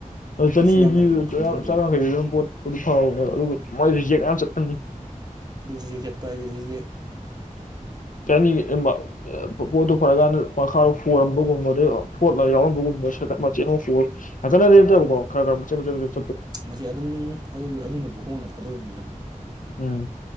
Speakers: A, on the left; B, on the right.
A: ꯑꯗꯨ ꯆꯅꯤꯤꯕ
B: ꯀꯩꯁꯨ ꯌꯥꯝꯅ ꯀꯩꯅꯣ ꯈꯟꯖꯟꯗꯦꯕ
A: ꯆꯥꯝ ꯌꯥꯡꯈꯩ ꯑꯗꯨꯝ ꯄꯣꯠꯄꯨꯗꯤ ꯐꯍꯧꯅꯦꯕ ꯑꯗꯨꯒ ꯃꯣꯏ ꯔꯤꯖꯦꯛ ꯌꯥꯝ ꯆꯠꯄꯅꯤ
B: ꯌꯦꯛ ꯌꯦꯠꯄ ꯑꯗꯨꯗꯒꯤ
A: ꯀꯅꯤ ꯄꯣꯠꯇꯣ ꯐꯔꯛꯀꯥꯟꯗ ꯃꯈꯥꯗꯣ ꯍꯣꯔꯝꯕꯒꯨꯝꯕ ꯑꯗꯩ ꯐꯣꯠꯂꯒ ꯌꯥꯎꯔꯝꯕꯒꯨꯝꯕ ꯁꯦꯀꯠ ꯃꯆꯦꯠ ꯑꯃ ꯍꯣ ꯑꯈꯩꯅꯅ ꯑꯗꯨꯣ ꯈ
B: ꯃꯁꯤ ꯑꯗꯨꯝ ꯑꯗꯨꯅꯕꯨ ꯍꯣꯡꯅ ꯊꯥꯗꯣꯛꯏꯃꯤꯗꯅ꯫
A: ꯎꯝ